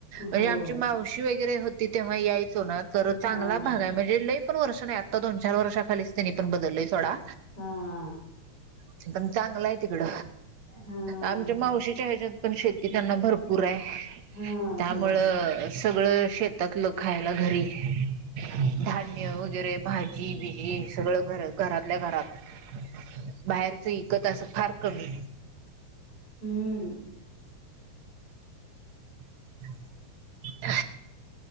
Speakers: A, on the left (about 45°); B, on the right (about 70°).
A: होय.
B: बई आमची मावशी वई. <unintelligible> वैे होती ते्हा याई सोना तर
A: हां.
B: चांगला भाग आहे म्हणजे लई पण वर्ष नाही आता दोन चार वर्षाखलीच. तनी पण बदललोय सोडा.
A: हां.
B: चेतन चांगला आहे तकड.
A: हां.
B: आमच्या मावशीच्या ह्याच्यात पण शेती त्यांना भरपूर आहे
A: हां.
B: त्यामुळं
A: होय.
B: सगळं शेतातलं खायला घरी धान्य त्या वगैरे भाजी बिजी सगळं घर घरातल्या घरात. <inaudible> बाहेरच विकत असं फार कमी.
A: हम्म
B: <inaudible> <inaudible>